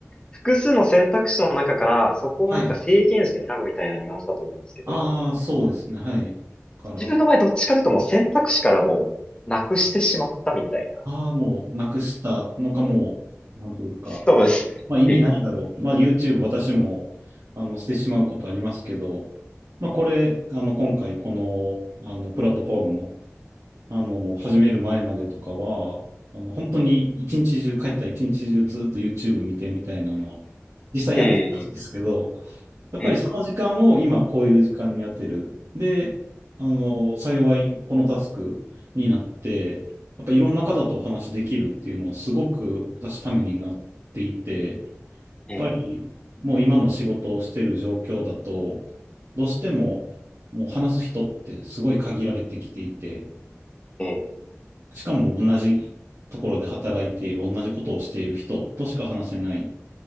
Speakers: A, on the left; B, on the right.
A: 複数の選択肢の中からそこをなんか制限して選ぶみたいなニュアンスだと思うんですけど、
B: はい。ああ、そうですね、はい。から、
A: 自分の場合どっちかというともう選択肢からもうなくしてしまったみたいな。
B: ああ、もうなくしたのかもう、なんというか、
A: そうですね。
B: まあ意味ないだろうと。
A: ええ、
B: まあ YouTube 私も、あの、してしまうことありますけど、まあこれ、あの、今回この、あの、プラットフォームの、あの、もう始める前までとかは、あの、本当に一日中、帰ったら一日中ずっと YouTube 見てみたいなのは、実際やってたんですけど、
A: ええ、
B: やっぱりその時間を今こういう時間に当てる。
A: ええ。
B: で、あの、幸いこのタスクになって、やっぱいろんな方とお話できるっていうのはすごく私ためになっていて、やっぱりもう今の仕事をしている状況だと、
A: ええ、
B: どうしてももう話す人ってすごい限られてきていて、
A: ええ、
B: しかも同じところで働いている、同じことをしている人としか話せないっ